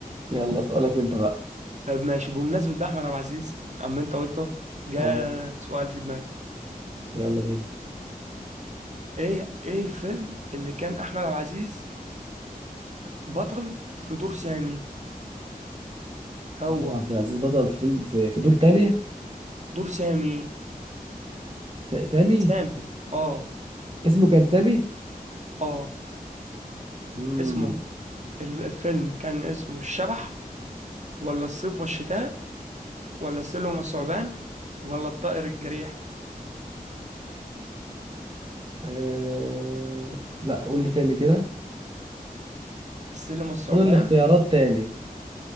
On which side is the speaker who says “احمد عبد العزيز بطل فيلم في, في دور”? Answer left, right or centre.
Right